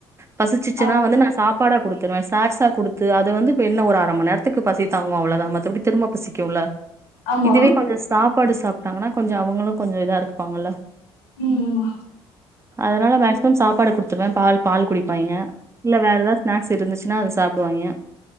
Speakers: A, on the right; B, on the left.
A: பசிச்சன்னா
B: ஆ
A: வந்து நா சப்பாடா குடுத்துருவே ஸ்நாக்ஸ்ஸா குடுத்து அது வந்து இப்ப என்ன ஒரு அர மண் நேர த்துக்கு பசி தாங்க அவ்ளதா மத்தபடி திரும்ப பசிக்குல
B: ஆமா
A: இதுவே கொஞ்சோ சாப்பாடு சாப்ட்டாங்கனா கொஞ்சோ அவங்களு கொஞ்சோ இதா இருப்பாங்க
B: ம்
A: அதனால மேக்சிமம் சாப்பாடு குடுத்து துவே பால் பால் குடிப்பாய்ங்க இல்ல வேற எதாது ஸ்நாக்ஸ் இருந்துச்சுனா அத சாப்டுவாய்ங்க